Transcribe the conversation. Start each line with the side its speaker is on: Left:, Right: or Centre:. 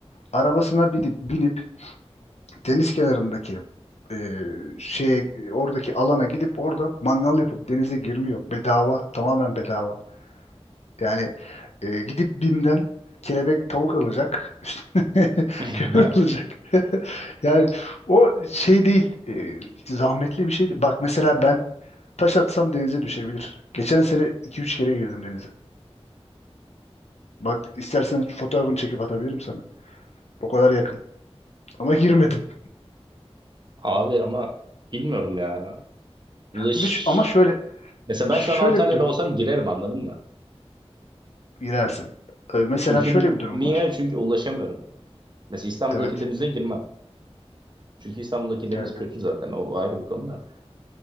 Left: Arabasına binip, binip deniz kenarındaki e, şey oradaki alana gidip orada mangal yapıp denize girmiyor. Bedava, tamamen bedava. Yani e, gidip BİM'den kelebek tavuk alacak, <laughs> üstüne
Right: <laughs>
Left: kömür alacak. <laughs> Yani o şey değil, e, zahmetli bir şey değil. Bak mesela ben taş atsam denize düşebilir. Geçen sene iki üç kere girdim denize. Bak istersen fotoğrafını çekip atabilirim sana. O kadar yakın. Ama <laughs> girmedim.
Right: Abi ama bilmiyorum ya. Ulaş
Left: Bir ş- Ama şöyle
Right: Mesela ben
Left: şöyle
Right: şu an Antalya'da
Left: bir durum
Right: olsam
Left: var.
Right: girerim anladın mı?
Left: Girersin. E, mesela
Right: Çünkü
Left: şöyle bir durum
Right: niye?
Left: var.
Right: Çünkü ulaşamıyorum. Mesela İstanbul'daki
Left: Evet.
Right: denize girmem. Çünkü İstanbul'daki deniz
Left: Evet.
Right: kötü zaten. O ayrı bir konu da.